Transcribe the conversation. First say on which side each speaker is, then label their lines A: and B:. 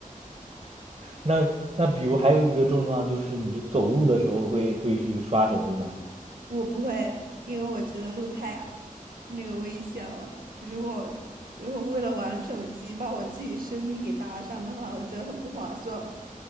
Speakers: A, on the right (about 45°); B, on the right (about 80°).
A: 那那比如还有一个症状就是你走路的时候会会去刷手机吗？
B: 我不会，因为我觉得路太那个危险了。如果如果为了玩手机把我自己生命给搭上的话，我觉得很不划算。